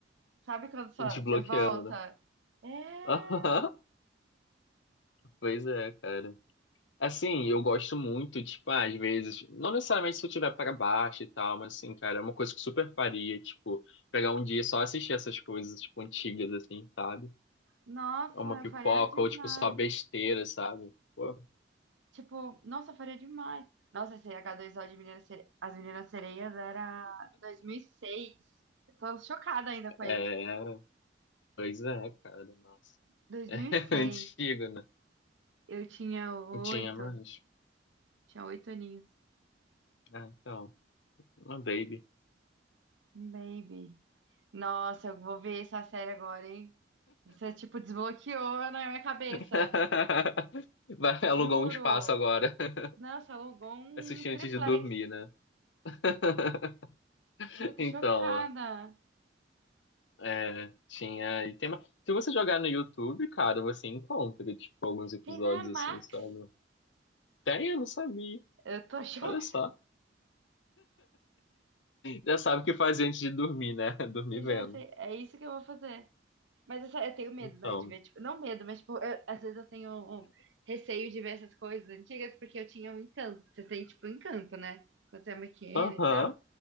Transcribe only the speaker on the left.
desbloqueando,
né?
<laughs> Pois é, cara. Assim, eu gosto muito, tipo, ah, às vezes, não necessariamente se eu tiver para baixo e tal, mas assim, cara, é uma coisa que eu super faria, tipo, pegar um dia e só assistir essas coisas, tipo, antigas, assim, sabe?
É Uma
pipoca,
ou tipo, só besteira, sabe? Pô,
é, pois é, cara, nossa.
<laughs> É antigo, né?
Não tinha mais.
Ah, então, uma baby.
<laughs> Vai
alugar um espaço agora,
<laughs>
assistir
antes de dormir, né? <laughs>
Então,
É, tinha. E tem uma... Se você jogar no YouTube, cara, você encontra, tipo, alguns episódios
assim, sabe? Tem, eu não sabia.
Olha só. Já sabe o que fazer antes de dormir, né? <laughs> Dormir
vendo.
Então.
Aham.